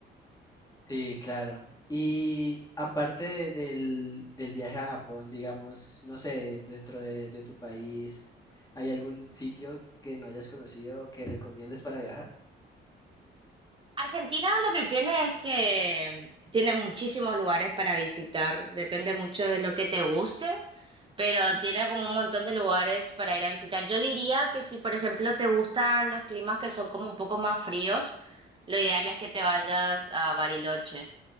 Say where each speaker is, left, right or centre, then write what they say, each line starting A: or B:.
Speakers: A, on the left; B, on the right.
A: Sí, claro. Y aparte de- del, del viaje a Japón, digamos, no sé, dentro de, de tu país, ¿hay algún sitio que no hayas conocido que recomiendes para viajar?
B: Argentina lo que tiene es que tiene muchísimos lugares para visitar, depende mucho de lo que te guste, pero tiene como un montón de lugares para ir a visitar. Yo diría que si, por ejemplo, te gustan los climas que son como un poco más fríos, lo ideal es que te vayas a Bariloche.